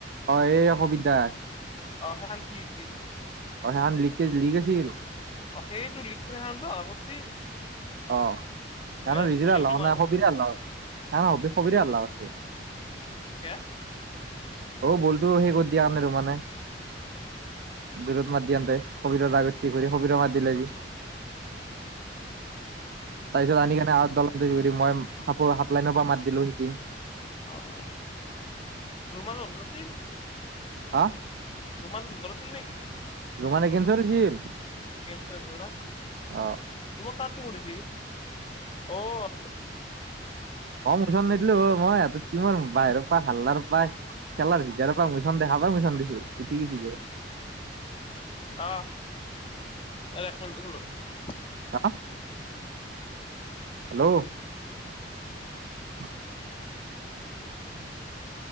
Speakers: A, on the right; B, on the left.
A: অ এই সবিতা
B: অহ' সেখান কি হৈছি।
A: অহ' সেখান লিকেজ লিক আছিল।
B: অহ' সেইয়েটো লিক সেখানতো হৱা কৰছি।
A: অ। কাৰণ
B: এ
A: ৰিজোৰে
B: হুইচেল
A: হাল্লা
B: টো
A: কৰা
B: মাৰা
A: নাই
B: নাছিল
A: সবিৰে হল্লাহ না না সবিখ সবিৰে হল্লাহ কৰচি।
B: কে
A: অ বলতো সেই কৰি দিয়া আনে ৰোমানে দুৰত মাত দিয়ান্তে সবিৰৰ ৰাগ উঠচি ঘুৰি সবিৰক কাৰ্ড দিলে যি তাৰপিছত আনি কেনে আউট দলত <unintelligible> মই হাফো হাফলাইনৰ পৰা মাত দিলো জিং
B: অহ' ৰুমাল হ'ল নাছিল।
A: হা?
B: তোমান ধৰ আছিল নেকি?
A: ৰোমানানে কেনচৰছিল
B: তোৰ আছিল না।
A: অহ'।
B: তাত তেমু দিছিল। অহ আ
A: মই মোছন নিদলো হয়। মই সিহঁতৰ টীমৰ বাহিৰৰ পাই হাল্লাৰ পাই খেলাৰ ভিতৰৰ পৰা মোছন দেখা পাই মোচন দিছোঁ উঠি গেইচি যোৰ।
B: অহ' এক মিনট ৰহ চোন ৰহ।
A: হা হেল্ল'।
B: <unintelligible>
A: <unintelligible>